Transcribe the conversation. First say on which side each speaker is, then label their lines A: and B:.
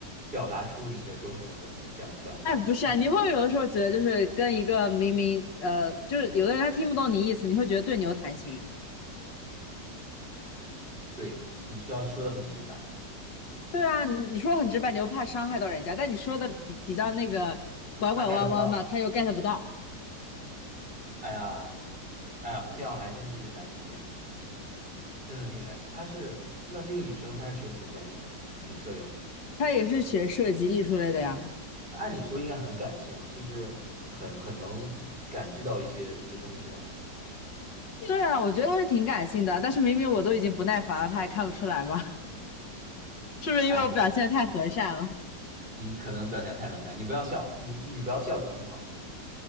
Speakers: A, on the right (about 30°); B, on the left (about 90°).
A: 表达出你的种种的想想法。
B: 哎，不是啊，
A: 心，
B: 你会有的时候觉得就是跟一个明明呃，就是有的人他听不懂你意思，你会觉得对牛弹琴。
A: 对，你需要说的很直白，
B: 对啊，你你说很直白，你又怕伤害到人家，但你说的比比较那个拐拐弯弯吧，
A: 他 get 不到。
B: 他又 get 不到，
A: 哎呀，哎呀，这样还真是一个难题，真的是一个难题。她是，那这个女生她是学什么专业的？你舍友，
B: 他也是学设计艺术类的呀。
A: 按理说应该很感性啊，就是很很能感知到一些一些东西了。
B: 对啊，我觉得他是挺感性的，但是明明我都已经不耐烦了，他还看不出来吗？<laughs> 是不是因为我表现的太和善了？
A: 哎。你可能表现太和善，你不要笑，你你不要笑可能会好一点，